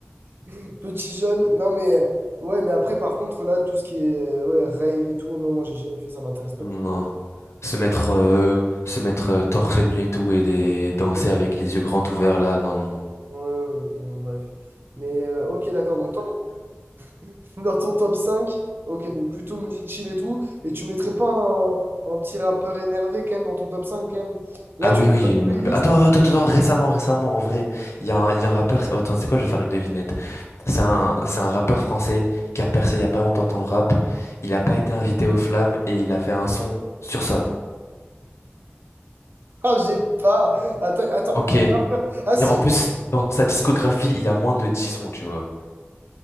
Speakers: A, on the right; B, on the left.
A: <laughs> petit jaune. Non, mais euh, ouais, mais après, par contre, là, tout ce qui est euh, ouais, rave et tout, non, moi, j'ai jamais fait ça. M'intéresse pas
B: Non.
A: du tout.
B: Se mettre, euh, se mettre euh, torse nu et tout et des- danser
A: Ouais,
B: avec les yeux grands ouverts là, non, non, non.
A: ouais, ouais. bon, bref. Mais euh, ok, d'accord. Donc, toi, <laughs> dans ton top cinq ok, donc plutôt musique chill et tout. Et tu mettrais pas un, un petit rappeur énervé quand même dans ton top 5 quand même. Là,
B: Ah
A: tu
B: oui,
A: fais
B: oui.
A: pas de
B: on ne peut-
A: playlist?
B: Attends, attends, attends, récemment, récemment, en vrai, il
A: Ok.
B: y a un,
A: <laughs>
B: il y a un rappeur. oh, Attends, c'est quoi, je vais faire une devinette. C'est un, c'est un rappeur français qui a percé il y a pas longtemps dans le rap. Il a pas été invité aux flammes et il a fait un son sur ça.
A: Ah, j'ai pas. Attends, attends,
B: Ok. Et
A: un rappeur. Ah, si!
B: en plus, dans sa discographie, il a moins de 10 sons, tu vois.